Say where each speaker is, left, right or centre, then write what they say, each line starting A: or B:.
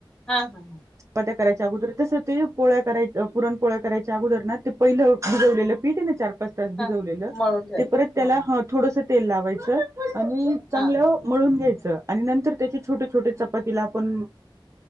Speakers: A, in the centre; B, on the right (about 35°).
A: हा हा हा
B: चपात्या करायच्या अगोदर, तस ते पोळ्या करायच्या पुरण पोळ्या करायच्या अगोदर ना ते पहिलं भिजवलेलं पीठ ये ना चार पाच त्यात भिजवलेल,
A: हा मळून ठेवायच
B: ते परत त्याला
A: मळून
B: ह थोडस तेल लावायचं, आणि चांगल
A: हा
B: मळून घ्यायचं आणि नंतर त्याचे छोटे छोटे चपातीला आपण